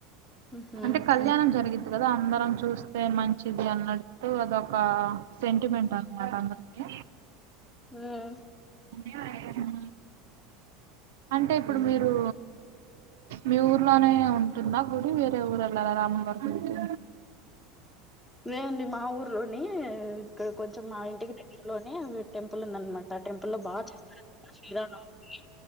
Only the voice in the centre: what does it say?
హుహు.
హ్మ్.
<unintelligible>
హ్మ్.
వె అండి మా ఊర్లోని ఇక్కడ కొంచెం మా ఇంటికి దగ్గరలోని టెంపుల్ ఉంది అన్ అన్మాట టెంపుల్ లో బాగా చేస్తారు అంట శ్రీరామనవమికి